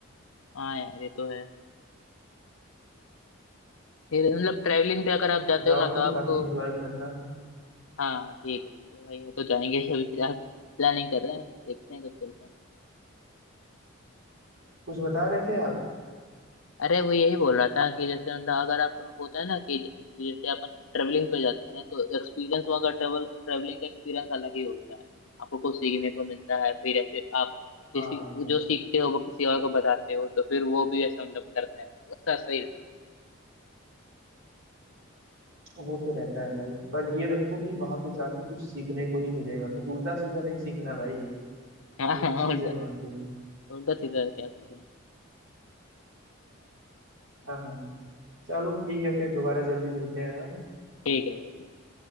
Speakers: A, on the left (about 75°); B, on the right (about 70°).
A: हाँ यार ये तो है फिर मतलब ट्रैवलिंग पे अगर आप जाते
B: जाओ
A: हो ना
B: फिर
A: तो आपको
B: काफी एंजॉय करना
A: हाँ ठीक है ठीक है भाई वो तो जाएंगे ही अभी फिलहाल प्लानिंग कर रहे हैं देखते हैं कब चलते हैं
B: कुछ बता रहे थे आप
A: अरे वो यही बोल रहा था कि जैसे मतलब अगर आप होता है ना कि जैसे अपन ट्रेवलिंग पे जाते हैं तो एक्सपीरियंस वहाँ का ट्रेवल ट्रेवलिंग का एक्सपीरियंस अलग ही होता है आपको कुछ सीखने को मिलता है फिर या फिर आप किसी
B: हाँ यार
A: जो सीखते हो वो किसी और को बताते हो तो फिर वो भी ऐसा मतलब करता है तो अच्छा सही
B: वो तो रहता है भाई पर ये रखो कि वहां पे जाके कुछ सीखने को ही मिलेगा कुछ उल्टा सीधा नहीं सीखना भाई
A: रहता
B: ये भी
A: है <laughs> हाँ
B: चीज
A: हाँ उल्टा
B: है वहां पे
A: उल्टा सीधा क्या सीखेंगे
B: हाँ हाँ चलो ठीक है फिर दोबारा जल्दी मिलते हैं हाँ
A: ठीक है भाई ठीक है।